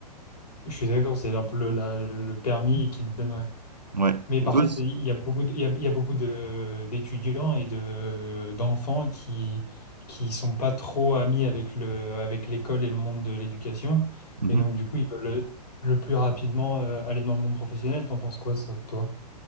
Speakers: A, on the left; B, on the right.
A: Je suis d'accord, c'est un peu le, la- le permis qui te donne, ouais.
B: Ouais.
A: Mais par
B: Et toi,
A: contre,
B: c'est-
A: il y a beaucoup de- il y a, il y a beaucoup de, d'étudiants et de, d'enfants qui, qui sont pas trop amis avec le, avec l'école et le monde de l'éducation.
B: Mhm.
A: Et donc, du coup, ils veulent le, le plus rapidement euh, aller dans le monde professionnel. T'en penses quoi, ça, toi?